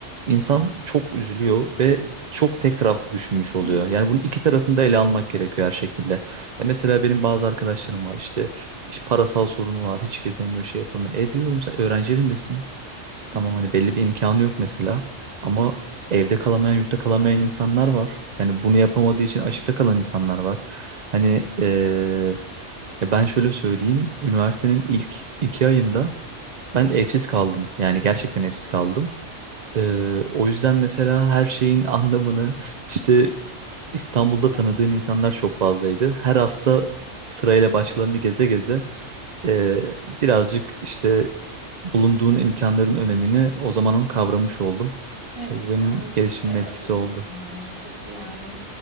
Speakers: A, on the right; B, on the right.
A: insan çok üzülüyor ve çok tek taraflı düşünmüş oluyor.
B: Evet.
A: Yani bunun iki tarafını da ele almak gerekiyor her şekilde. Ya mesela benim bazı arkadaşlarım var işte, işte parasal sorunu var. Hiç gezemiyor, şey yapamıyor. E diyorum sen öğrenci evindesin.
B: Hı
A: Tamam hani belli bir imkanı yok mesela. Ama evde kalamayan, yurtta kalamayan insanlar
B: hı.
A: var. Yani bunu yapamadığı için açıkta kalan insanlar var. Hani eee, ya ben şöyle söyleyeyim. Üniversitenin ilk iki ayında ben evsiz kaldım. Yani gerçekten evsiz kaldım. Ee, o yüzden mesela her şeyin <laughs> anlamını işte İstanbul'da tanıdığım
B: Evet,
A: insanlar çok fazlaydı. Her hafta sırayla başkalarını geze geze e, birazcık işte bulunduğun imkanların önemini o zamanın kavramış oldum.
B: evet,
A: Ve Bu benim
B: ben
A: gelişimime
B: de
A: etkisi
B: öyle
A: oldu.
B: düşünüyorum açıkçası. Yani